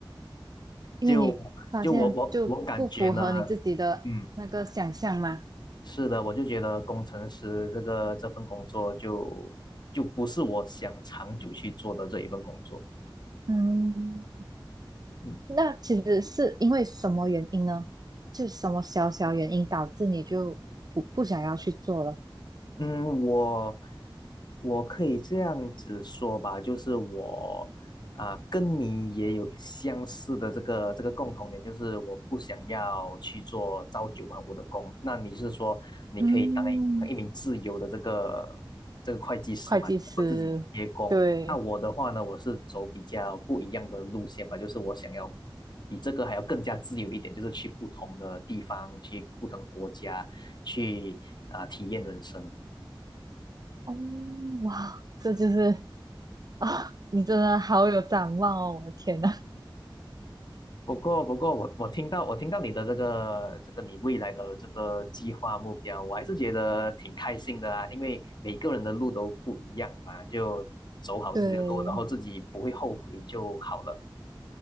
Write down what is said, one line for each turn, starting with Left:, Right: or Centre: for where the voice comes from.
Right: 因为你发现就不符合你自己的那个想象嘛，
Left: 就就我我我感觉呢，嗯，是的，我就觉得工程师这个这份工作就就不是我想长久去做的这一份工作。
Right: 嗯。
Left: 嗯。
Right: 那其实是因为什么原因呢？是什么小小原因导致你就不不想要去做了？
Left: 嗯，我我可以这样子说吧，就是我啊、跟你也有相似的这个这个共同点，就是我不想要去做朝九晚五的工。那你是说你可以当一当一名自由的这个这个会计师嘛，
Right: 嗯，会计师，
Left: 能够自己接工？
Right: 对，
Left: 那我的话呢，我是走比较不一样的路线吧，就是我想要比这个还要更加自由一点，就是去不同的地方，去不同国家，去啊、体验人生。
Right: 哦，哇，这就是啊，你真的好有展望哦，我的天呐，
Left: 不过，不过我我听到我听到你的这个这个你未来的这个计划目标，我还是觉得挺开心的啊，因为每个人的路都不一样嘛，就走好自己的路，
Right: 对，
Left: 然后自己不会后悔就好了。